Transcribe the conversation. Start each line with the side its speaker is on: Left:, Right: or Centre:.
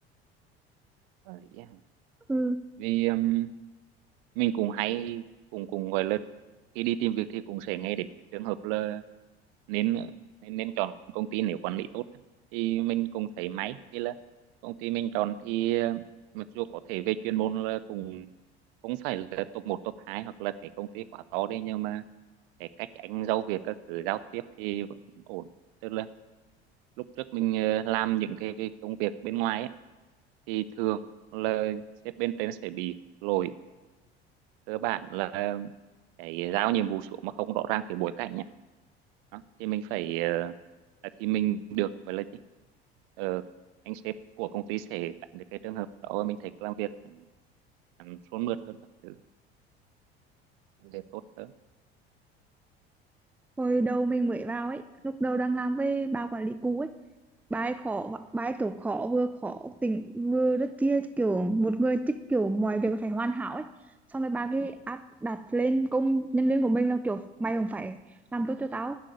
Right: Ờ, lý á.
Centre: ừ
Right: vì um, mình cũng hay cũng cũng gọi là khi đi tìm việc thì cũng sẽ nghe đến cái trường hợp là nên nên nên chọn công ty nếu quản lý tốt thì mình cũng thấy máy, vì là công ty mình chọn thì ờ, mặc dù có thể về chuyên môn là cũng không phải là top một top 2 hoặc là cái công ty quá to đấy nhưng mà cái cách anh giao việc các thứ giao tiếp thì vẫn ổn tức là lúc trước mình ờ, làm những cái, cái công việc bên ngoài ấy, thì thường là sếp bên trên sẽ bị lỗi cơ bản là cái giao nhiệm vụ xuống mà không rõ ràng cái bối cảnh ấy, đó. thì mình phải ờ, à, thì mình được gọi là gì Ờ, anh sếp của công ty sẽ tránh được cái trường hợp đó mình thấy làm việc hẳn hẳn suôn mượt hơn các thứ để tốt hơn
Centre: hồi đầu mình mới vào ấy lúc đầu đang làm với bà quản lý cũ ấy bài khó bài kiểu khó vừa khó tỉnh vừa rất kia kiểu một người thích kiểu mọi việc phải hoàn hảo ấy xong rồi bà cái áp đặt lên công nhân viên của mình là kiểu mày không phải làm tốt cho tao